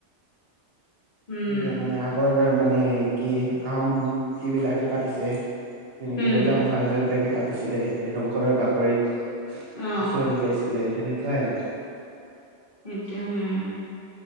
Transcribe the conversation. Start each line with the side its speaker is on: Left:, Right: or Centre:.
Left: উম,
Right: এনেকুৱা মানে আগৰ মানে কি আহোম কি বিলাকে পাতিছে। তেনেকে
Left: উম,
Right: ৰজা মহাৰজ বিলাকে পাতিছিলে ৰংঘৰৰ বাকৰিত হুচৰি
Left: অ',
Right: গাইছিলে তেনেকুৱাই আৰু
Left: সেইতিয়া উম।